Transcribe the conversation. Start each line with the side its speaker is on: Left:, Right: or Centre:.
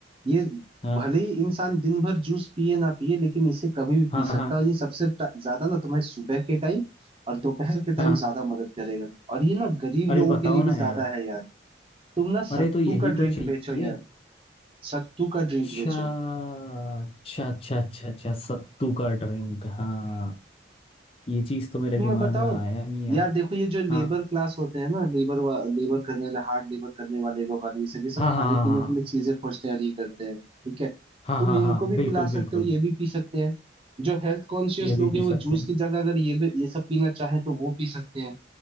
Right: ये
Left: हाँ
Right: भले ही इंसान दिन भर जूस पिए ना पिए लेकिन इसे कभी भी
Left: हाँ
Right: पी सकता
Left: हाँ
Right: है और ये सबसे टा- ज्यादा ना तुम्हें सुबह के टाइम और दोपहर के
Left: हाँ
Right: टाइम ज्यादा मदद करेगा और ये ना गरीब
Left: अरे
Right: लोगों
Left: बताओ
Right: के लिए
Left: ना
Right: भी ज्यादा
Left: यार
Right: है यार तुम ना सत्तू
Left: अरे तो यही
Right: का ड्रिंक
Left: तो चाहिए
Right: बेचो यार सत्तू का ड्रिंक
Left: अच्छा
Right: बेचो
Left: अच्छा अच्छा अच्छा अच्छा सत्तू का ड्रिंक हाँ ये चीज़ तो मेरे
Right: क्यों
Left: दिमाग
Right: मैं बताऊं
Left: में आया नहीं यार
Right: यार देखो ये जो लेबर
Left: हाँ
Right: क्लास होते हैं ना लेबर लेबर करने वाले हार्ड लेबर करने वाले लोग और ये सब ये सब
Left: हाँ
Right: खाने
Left: हाँ हाँ
Right: पीने
Left: हाँ
Right: के लिए चीजें खोजते हैं और ये करते हैं ठीक है
Left: हाँ
Right: तुम
Left: हाँ
Right: इनको
Left: हाँ
Right: भी
Left: बिल्कुल
Right: पिला
Left: बिल्कुल
Right: सकते हो ये भी पी सकते हैं जो हेल्थ कॉन्शियस
Left: ये भी
Right: लोग
Left: पी
Right: हैं वो
Left: सकते
Right: जूस
Left: हैं
Right: की जगह अगर ये भी ये सब पीना चाहे तो वो पी सकते हैं